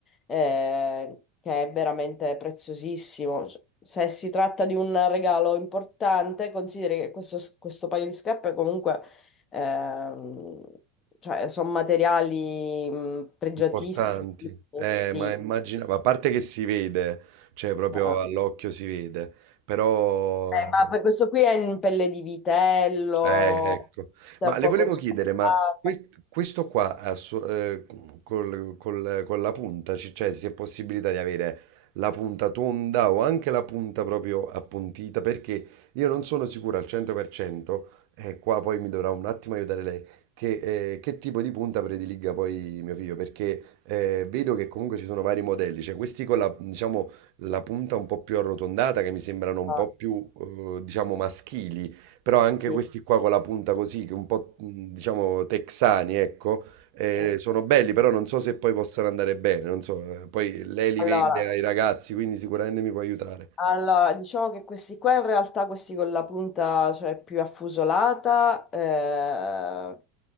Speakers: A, on the left; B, on the right.
A: eh, che è veramente preziosissimo. Se si tratta di un regalo importante, consideri che questo, questo paio di scarpe comunque Ehm, cioè, sono materiali mh, pregiatissimi.
B: importanti.
A: quindi
B: Eh,
A: sì.
B: ma immagina, ma a parte che si vede, cioè proprio
A: Ah.
B: all'occhio si vede, però
A: Eh,
B: eh,
A: ma per questo qui è in pelle di vitello,
B: Eh, ecco.
A: è
B: Ma
A: un
B: le
A: poco
B: volevo
A: sporcata.
B: chiedere, ma que- questo qua ha so- eh, col- col- con la punta, c- cioè se è possibilità di avere la punta tonda o anche la punta proprio appuntita, perché io non sono sicuro al 100%, e qua poi mi dovrà un attimo aiutare lei, che, eh, che tipo di punta prediliga poi mio figlio, perché eh, vedo che comunque ci sono vari modelli, cioè questi con la, diciamo, la punta un po' più arrotondata, che mi sembrano un
A: ma
B: po' più, eh, diciamo, maschili però anche
A: Sì,
B: questi qua con la punta così, che un po' mh, diciamo texani, ecco, eh,
A: sì.
B: sono belli, però non so se poi possano andare bene, non so, eh, poi lei li
A: Allora,
B: vende ai ragazzi, quindi sicuramente mi può aiutare.
A: allora, diciamo che questi qua in realtà, questi con la punta cioè, più affusolata, eh,